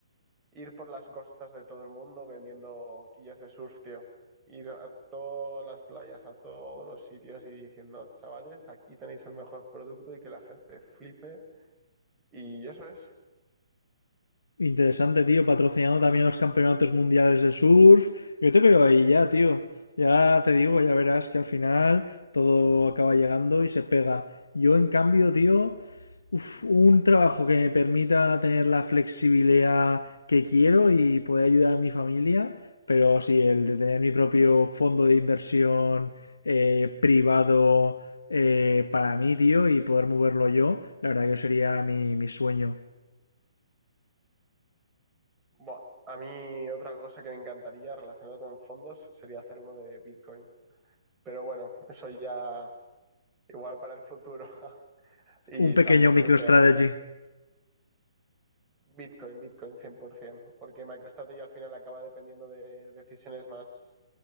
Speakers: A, on the right (about 15°); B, on the left (about 85°).
A: ir por las costas de todo el mundo vendiendo quillas de surf, tío. Ir a todas las playas, a todos los sitios y diciendo, chavales, aquí tenéis el mejor producto y que la gente flipe. Y eso es.
B: Interesante, tío, patrocinando también los campeonatos mundiales de surf. Yo te veo ahí ya, tío. Ya te digo, ya verás que al final todo acaba llegando y se pega. Yo, en cambio, tío, uf, un trabajo que me permita tener la flexibilidad que quiero y poder ayudar a mi familia, pero sí, el de tener mi propio fondo de inversión eh, privado eh, para mí, tío, y poder moverlo yo, la verdad que sería mi, mi sueño.
A: Bueno, a mí otra cosa que me encantaría relacionado con fondos sería hacer uno de Bitcoin. Pero bueno, eso ya igual para el futuro. <laughs> y
B: Un pequeño
A: tampoco,
B: MicroStrategy.
A: no sé, a ver, Bitcoin, Bitcoin 100%, porque MicroStrategy al final acaba dependiendo de decisiones más